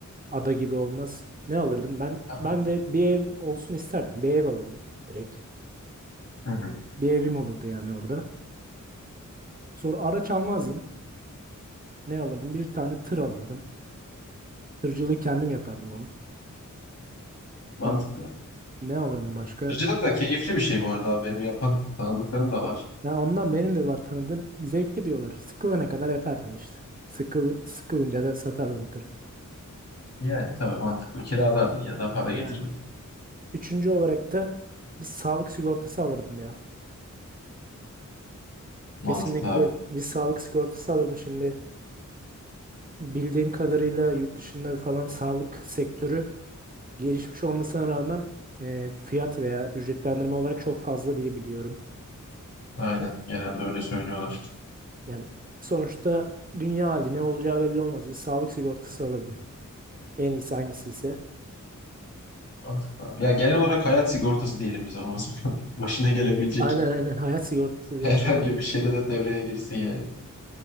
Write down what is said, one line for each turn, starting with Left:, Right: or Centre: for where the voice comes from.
Right: ada gibi olmaz. Ne alırdım? Ben
Left: Tabii.
Right: ben de bir ev olsun isterdim. Bir ev alırdım direkt.
Left: Hı hı.
Right: Bir evim olurdu yani orada. Sonra araç almazdım. Ne alırdım? Bir tane tır alırdım. Tırcılığı kendim yapardım ama.
Left: Mantıklı.
Right: Hmm, Ne alırdım başka?
Left: Ircılık da keyifli bir şey bu arada. Benim yapan tanıdıklarım da var.
Right: Ya ondan benim de var tanıdığım zevkli diyorlar. Sıkılana kadar yapardım işte. Sıkıl, sıkılınca da satardım tırı.
Left: Yani tabii mantıklı. Kiralardın ya da para
Right: Yani.
Left: getirirdin.
Right: Üçüncü olarak da bir sağlık sigortası alırdım ya.
Left: Mantıklı
Right: Kesinlikle
Left: abi.
Right: bir sağlık sigortası alırdım. Şimdi bildiğim kadarıyla yurt dışında falan sağlık sektörü gelişmiş olmasına rağmen e, fiyat veya ücretlendirme olarak çok fazla diye biliyorum.
Left: Aynen.
Right: O-
Left: Genelde
Right: o-
Left: öyle söylüyorlar.
Right: Yani sonuçta dünya hali ne olacağı belli olmaz. Bir sağlık sigortası alırdım. En iyisi hangisi ise.
Left: Mantıklı abi. Ya genel olarak hayat sigortası diyelim biz ona o zaman. <laughs> Başına gelebilecek
Right: Aynen aynen hayat sigortası
Left: herhangi
Right: direkt olarak.
Left: bir şeyde de devreye girsin yani.